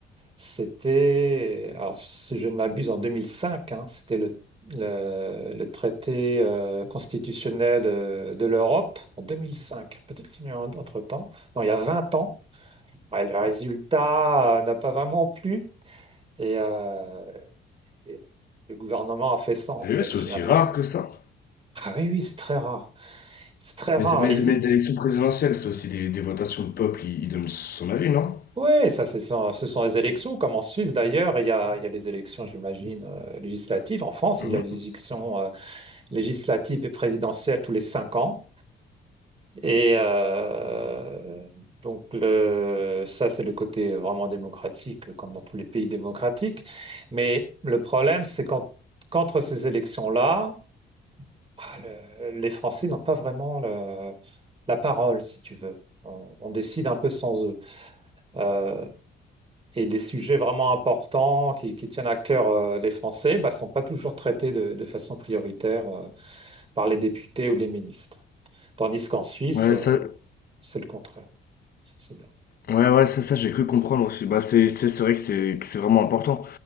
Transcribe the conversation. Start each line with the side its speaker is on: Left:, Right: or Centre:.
Right: c'était, alors si je ne m'abuse, en 2005, hein, c'était le, le- le traité euh, constitutionnel euh, de l'Europe en 2005. Peut-être qu'il y a eu un autre temps. Non, il y a 20 ans. Ouais, le résultat euh, n'a pas vraiment plu et, euh, et le gouvernement a fait ça, en
Left: Sérieux,
Right: fait,
Left: c'est
Right: finalement.
Left: aussi rare que ça.
Right: Ah oui, oui, c'est très rare. C'est très rare.
Left: Mais, c'est- mais,
Right: Et,
Left: mais les élections présidentielles, c'est aussi des, des votations. Le peuple, il, il donne son avis, non?
Right: Oui, ça, c'est- ce sont, ce sont les élections, comme en Suisse d'ailleurs, il y a, il y a les élections, j'imagine, euh, législatives. En France,
Left: Mhm.
Right: il y a les élections euh, législatives et présidentielles tous les cinq ans. Et euh, donc, le, ça, c'est le côté vraiment démocratique, comme dans tous les pays démocratiques. Mais le problème, c'est qu'en- qu'entre ces élections-là, ah, le- les Français n'ont pas vraiment le- la parole, si tu veux. on on décide un peu sans eux. Euh, et des sujets vraiment importants qui, qui tiennent à cœur euh, les Français ne sont pas toujours traités de, de façon prioritaire euh, par les députés ou les ministres. Tandis qu'en Suisse,
Left: Ouais,
Right: euh,
Left: ça,
Right: c'est le contraire. Ça, C'est bien.
Left: Ouais, ouais, ça, ça j'ai cru comprendre aussi. Bah, c'est, c'est c'est vrai que c'est que c'est vraiment important.